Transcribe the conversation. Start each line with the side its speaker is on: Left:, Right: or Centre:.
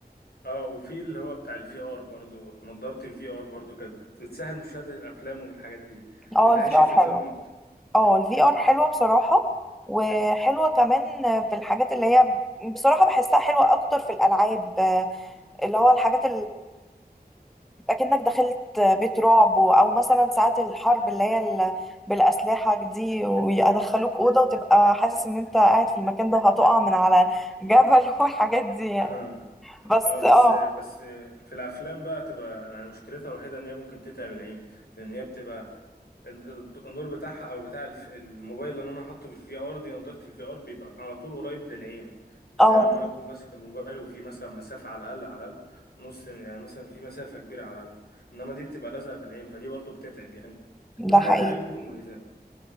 Left: اه وفي اللي هو بتاع الفي ار برضو نضاره الفي ار برضو كانت بت- بتسهل مشاهده الافلام والحاجات دي
Centre: اه
Left: بتعيشك
Centre: الفي ار
Left: في
Centre: حلو
Left: الفيلم اكتر
Centre: اه الفي ار حلوة بصراحة وحلوة كمان في الحاجات اللي هي بصراحة بحسها حلوة أكتر في الألعاب آه، اللي هو الحاجات اكنك دخلت بيت رعب و- او مثلا ساعات الحرب اللي هي ال- بالاسلحه دي ويدخلوك اوضه وتبقى حاسس ان انت قاعد في المكان ده وهتقع من على جبل <laughs> والحاجات دي يعني
Left: اه
Centre: بس
Left: اه بس
Centre: اه
Left: بس في الافلام بقى تبقى يعني مشكلتها الوحيده ان هي ممكن تتعب العين لان هي بتبقى ال- النور بتاعها او بتاع الف- الموبايل اللي انا حاطه في الفي ار دي نضاره الفي ار بيبقى على طول قريب للعين بالذات
Centre: اه
Left: لما انا اكون ماسك الموبايل وفي مثلا مسافه على الاقل على الاقل نص يعني مثلا في مسافه كبيره على الاقل انما دي بتبقى لازقه في العين فدي برضو بتتعب يعني كل
Centre: ده حقيقي ده حقيقي
Left: حاجه لها عيوب ومميزات